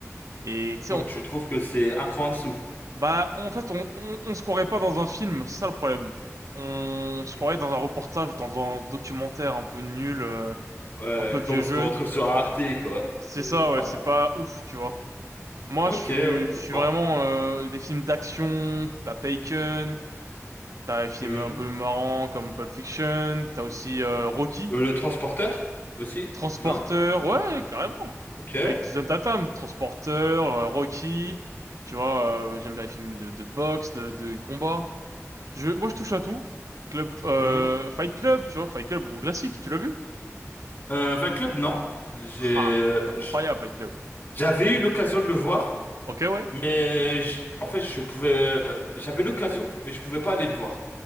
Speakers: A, on the right; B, on the left.
A: Et tu sais,
B: Moi,
A: on-
B: tu trouves que c'est un cran en dessous.
A: Bah, en fait, on, on, on se croirait pas dans un film, c'est ça le problème. On se
B: Mm.
A: croirait dans un reportage, dans un documentaire un peu nul, euh,
B: Ouais,
A: un peu vieux
B: comme
A: jeu.
B: ce qu'on retrouve sur Arte, quoi.
A: C'est
B: C'est
A: ça, ouais,
B: pas...
A: c'est pas ouf, tu vois. Moi,
B: Ok,
A: je suis,
B: ouais,
A: je
B: je
A: suis
B: comprends.
A: vraiment euh, des films d'action, t'as Taken, t'as des films
B: Mhm.
A: un peu marrants comme Pulp Fiction, t'as aussi euh, Rocky,
B: Euh, le transporteur? Aussi?
A: Transporteur,
B: Non?
A: ouais, carrément,
B: Ok.
A: avec Jason Tatum, Transporteur, euh, Rocky, tu vois, euh, j'aime bien les films de, de boxe, de, de combat. Je, moi, je touche à tout. Club, euh,
B: Mhm.
A: Fight Club, tu vois, Fight Club, gros classique, tu l'as vu?
B: Euh, Fight Club, non. J'ai...
A: Ah,
B: euh,
A: incroyable,
B: j-
A: Fight Club.
B: J'avais eu l'occasion de le voir,
A: Ok, ouais.
B: mais j- en fait, je pouvais... J'avais l'occasion, mais je pouvais pas aller le voir